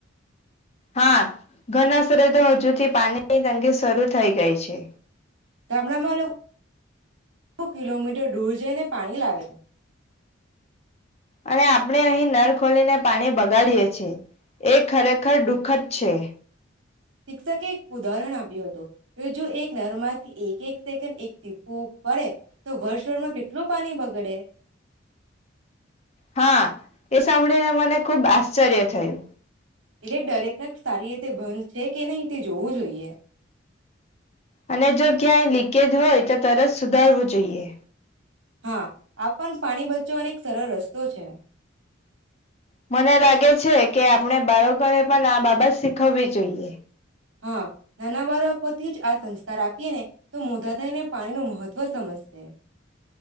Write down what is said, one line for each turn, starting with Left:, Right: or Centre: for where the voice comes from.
Left: હા ઘરણા શરે તો હજુથી પાણીની તંગી શરૂ થઈ ગઈ છે.
Right: ગામડામાં લોકો કિલોમીટર દૂર જઈને પાણી લાવે છે
Left: અને આપણે અહીં નર ખોલીને પાણી બગાડીએ છીએ એ ખરેખર દુઃખદ છે.
Right: શિક્ષકે એક ઉદાહરણ આપ્યું હતું. તો જો એક નરમાંથી એક એક સેકન્ડ એક ટીપું પડે તો વર્ષળમાં કેટલું પાણી બગડે.
Left: હા એ સાંભળીને મને ખુબ આશ્ચર્ય થયું.
Right: એટલે દરેક નળ સારી રીતે બંધ છે કે નહિ જોવું જોઈએ
Left: અને જો ક્યાંય લીકેજ હોય તો તરત સુધારવું જોઈએ
Right: હા આ પણ પાણી બચવાનો એક સરળ રસ્તો છે
Left: મને લાગે છે કે આપણે બાળકોને પણ આ બાબત શીખવવી જોઈએ.
Right: હા નાના બાળકો થી જ આ સંસ્કાર આપ પીને ને તો મોતા થઈને પાણી નો મહત્વ ત્ત્વ સમજશે.